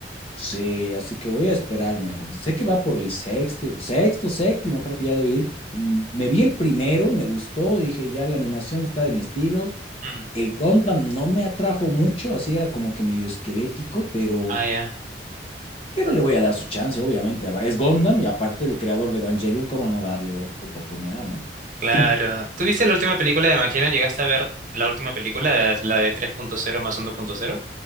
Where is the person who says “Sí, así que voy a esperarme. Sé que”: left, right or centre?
Left